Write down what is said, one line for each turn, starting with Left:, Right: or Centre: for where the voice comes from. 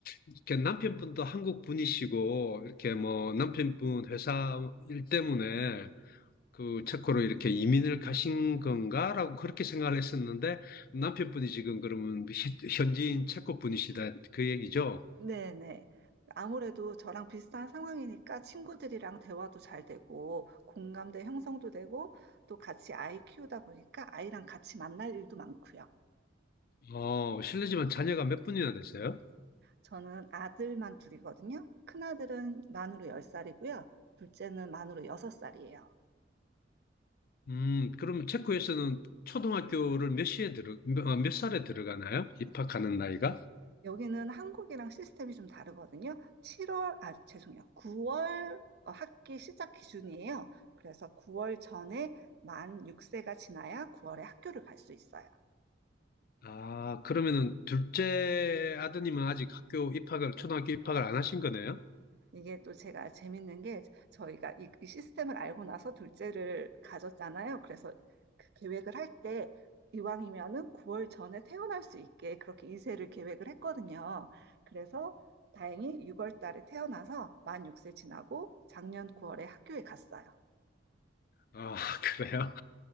Left: 이렇게 남편분도 한국 분이시고 이렇게 뭐 남편분 회사 일 때문에 그 체코로 이렇게 이민을 가신 건가라고 그렇게 생각을 했었는데 남편분이 지금 그러면 시- 현지인 체코 분이시다 그 얘기죠?
Right: 네네. 아무래도 저랑 비슷한 상황이니까 친구들이랑 대화도 잘 되고, 공감대 형성도 되고, 또 같이 아이 키우다 보니까 아이랑 같이 만날 일도 많고요.
Left: 어, 실례지만 자녀가 몇 분이나 되세요?
Right: 저는 아들만 둘이거든요. 큰아들은 만으로 열 살이고요 둘째는 만으로 여섯 살이에요
Left: 음, 그러면 체코에서는 초등학교를 몇 시에 들어, 몇, 아, 몇 살에 들어가나요? 입학하는 나이가?
Right: 여기는 한국이랑 시스템이 좀 다르거든요. 7월, 아, 죄송해요. 9월 학기 시작 기준이에요. 그래서 9월 전에 만 6세가 지나야 9월에 학교를 갈 수 있어요.
Left: 아, 그러면은 둘째 아드님은 아직 학교 입학을, 초등학교 입학을 안 하신 거네요?
Right: 이게 또 제가 재밌는 게 저희가 이, 이 시스템을 알고 나서 둘째를 가졌잖아요. 그래서 그 계획을 할 때 이왕이면은 9월 전에 태어날 수 있게 그렇게 이세를 계획을 했거든요. 그래서 다행히 6월 달에 태어나서 만 6세 지나고 작년 9월에 학교에 갔어요.
Left: 아, <laughs> 그래요?